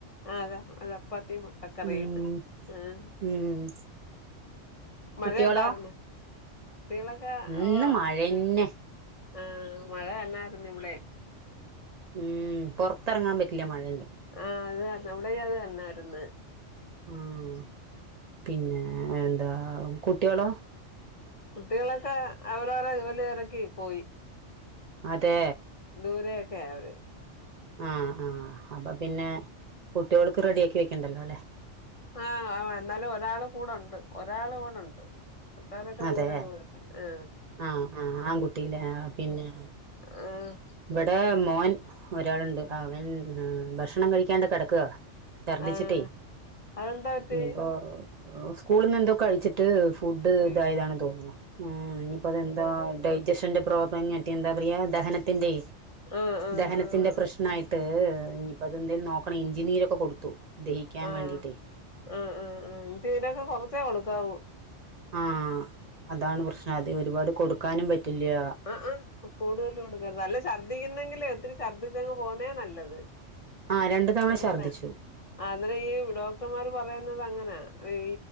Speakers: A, on the left (about 45°); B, on the right (about 50°).
A: ആഹ് അതാ ചപ്പാത്തി മുട്ടക്കറിയിണ്ട്
B: ഉം
A: ആഹ്
B: ഉം
A: മഴ
B: കുട്ടികളോ
A: ഉണ്ടായിരുന്നു കുട്ടികളൊക്കെ
B: ഇന്ന്
A: ഓഹ്
B: മഴന്നെ
A: ആഹ് മഴ തന്നായിരുന്നു ഇവിടെയും
B: ഉം പൊറത്തെറങ്ങാൻ പറ്റില്ല മഴണ്ടങ്കി
A: ആഹ് അത് നമ്മുടെ അത് തന്നായിര്ന്ന്
B: ഉം പിന്നെ എന്താ കുട്ട്യാളോ?
A: കുട്ടികളൊക്കെ അവരവര ജോലിതിരക്കി പോയി
B: അതെ
A: ദൂരൊക്കെ അവര്
B: ആഹ് ആഹ് അപ്പൊ പിന്നെ കുട്ടികൾക്ക് റെഡി ആക്കി വെക്കണ്ടല്ലോ അല്ലേ?
A: ആഹ് എന്നാലും ഒരാൾ കൂടെണ്ട് ഒരാൾ വ്ടെണ്ട് മറ്റൊരൊക്കെ
B: അതെ
A: ദൂരെ ദൂര അഹ്
B: ആഹ് ആഹ് ആൺകുട്ടിലെ പിന്നെ
A: ആഹ്
B: ഇവിടെ മോൻ ഒരാളുണ്ട് അവൻ ഭക്ഷണം കഴിക്കാണ്ട് കെടക്വാ ഛർദ്ദിച്ചിട്ടേ
A: ആഹ് അതെന്താ പറ്റി
B: ഇനിപ്പോ സ്കൂളന്ന് ണ്ട് കഴിച്ചിട്ട് ഫുഡ്
A: അയ്യോ
B: ഇതായതാണ് തോന്നുന്നു ആഹ് ഇനിയിപ്പോതെന്താ ഡൈജഷ പ്രബ് പനററഞ്ഞട്ട എന്താ പറയാ ദഹനത്തിന്റെ
A: ആഹ് ആഹ്
B: ദഹനത്തിന്റെ
A: ആഹ് ആഹ്
B: പ്രശ്ന ട്ട് ഇനിയിപ്പോ അതെന്തേലും നോക്കണ ഇഞ്ചിനീരൊക്കെ കൊടുത്തു ദഹിക്കാൻ
A: ആഹ്
B: വേണ്ടിട്ടേ
A: ആഹ് ആ്ഹ്ആഹ് ഇഞ്ചിരൊക്കെ കൊറച്ചേ കൊടുക്കാവൂ.
B: ആഹ് അതാണ് പ്രശ്നം അത് ഒരുപാട് കൊടുക്കാനും പറ്റില്യ
A: ആഹ് ആഹ് കൂടുതലും കൊടുക്കരുത് അല്ല ഛർദിക്കുന്നെങ്കിലേ ഒത്തിരി ഛർദിക്കങ്ങ് പോകുന്നേ നല്ലത്
B: ആഹ് രണ്ട് തവണ
A: അങ്ങനെ
B: ഛർദ്ദിച്ചു
A: ആഹ് എന്നിട്ട് ഈ ഡോക്ടർമാർ പറയുന്നത് അങ്ങനാ ഈ